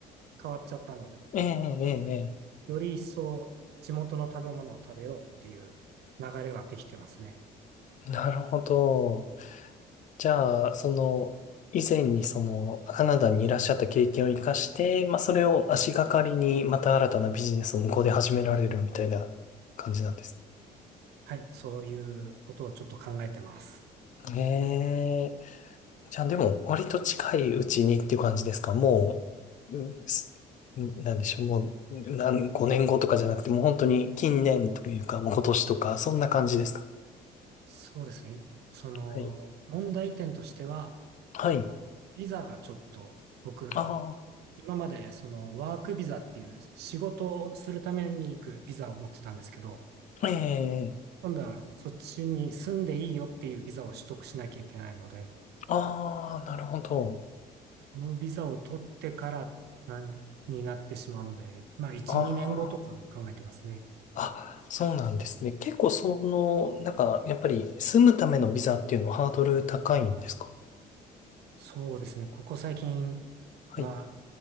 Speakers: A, on the right; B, on the left.
A: 変わっちゃったので、
B: ええ、ええ、え
A: より一層地元の食べ物を食べようっていう流れはできてますね。
B: え。なるほど。じゃあ、その、以前にその、カナダにいらっしゃった経験を生かして、まあそれを足がかりに、また新たなビジネスを向こうで始められるみたいな感じなんです。
A: はい、そういうことをちょっと考えてます。
B: ええ。じゃあでも、割と近いうちにっていう感じですかもう、うんすんなんでしょう、もう、何、5年後とかじゃなくて、もう本当に近年というか、もう今年とか、そんな感じですか
A: そうですね。その、
B: はい。
A: 問題点としては、
B: はい。
A: ビザがちょっと、僕、
B: あ
A: 今までそのワークビザっていう仕事をするために行くビザを持ってたんですけど、
B: あ、ええ
A: 今度はそっちに住んでいいよっていうビザを取得しなきゃいけないので、
B: ああ、なるほど。
A: そのビザを取ってからなんになってしまうので、まあ1、
B: あ
A: 2年後とかを考えてますね。
B: あ、あ、そうなんですね。結構その、なんか、やっぱり住むためのビザっていうのはハードル高いんですか
A: そうですね。ここ最近
B: はい。
A: は